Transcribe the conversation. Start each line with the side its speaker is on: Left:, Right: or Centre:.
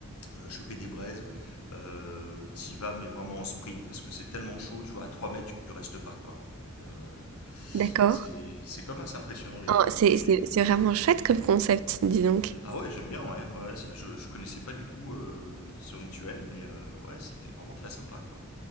Left: euh, choper des braises, euh, t'y vas, mais vraiment en sprint, parce que c'est tellement chaud, tu vois, à 3 mètres tu, tu restes pas, quoi. hein. Donc euh,
Right: d'accord.
Left: c'est c'est quand même assez impressionnant les,
Right: Ah,
Left: les
Right: c'est,
Left: bûchers.
Right: c'est- c'est vraiment chouette comme concept, dis donc.
Left: Ah ouais, j'aime bien, ouais, ouais, c'est- je, je connaissais pas du tout euh, ce rituel, mais euh, ouais, c'était vraiment très sympa, quoi.